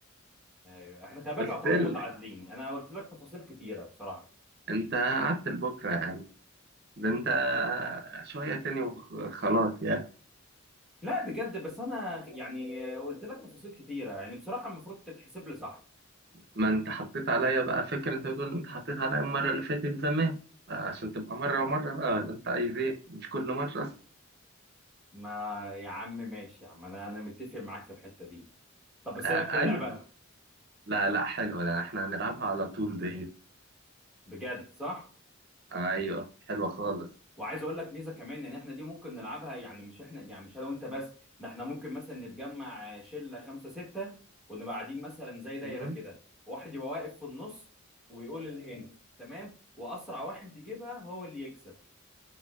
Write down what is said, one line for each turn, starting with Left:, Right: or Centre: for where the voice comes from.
Centre: ايوه احنا خلي بالك
Right: قلت
Centre: يعتبر
Right: لك
Centre: متعادلين انا قلت لك تفاصيل كتيره بصراحه
Right: أنت قعدت لبكرة ده انت شوية تاني وخلاص يعني
Centre: لا بجد بس انا يعني قلت لك تفاصيل كتيره يعني بصراحه المفروض تتحسب لي صح
Right: ما انت حطيت عليا بقى فكرة انت بتقول انت حطيت عليا المرة اللي فاتت زمان عشان تبقى مرة ومرة بقى ولا انت عايز ايه مش كل مرة اصلا
Centre: ما يا عم ماشي يا عم انا انا متفق معاك في الحته دي طب بس
Right: آه
Centre: إيه رايك في اللعبه
Right: ايوه لا لا حلوة لا احنا هنلعبها على طول دي
Centre: بجد صح
Right: آه ايوه حلوة خالص
Centre: وعايز اقول لك ميزه كمان ان احنا دي ممكن نلعبها يعني مش احنا يعني مش انا وانت بس ده احنا ممكن مثلا نتجمع شله خمسه سته ونبقى قاعدين مثلا زي دايره
Right: مم.
Centre: كده واحد يبقى واقف في النص ويقول الهند تمام واسرع واحد يجيبها هو اللي يكسب